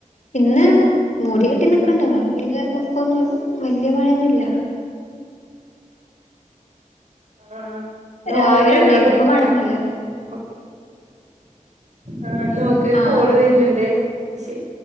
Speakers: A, on the left; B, on the right.
A: ഇന്ന് മൂടികെട്ടി നിക്ണ്ട് മഴ <unintelligible> വല്ല്യെ മഴ യൊന്നുംല്ല
B: ആ.. ഹ് ന്ന
A: രാവിലെ
B: ഓക്കെട്ടൊ ന്
A: ഇണ്ടായിനു
B: ഞാ വിൾക്കാ
A: ഇപ്പ മഴയൊന്നുല്ല
B: ഓക്ക്‌ ആ.. ന്നോക്കെര്കോള്
A: ആഹ്
B: വര്ണ്ണ്ണ്ടേ
A: ഓക്കെ
B: ശര്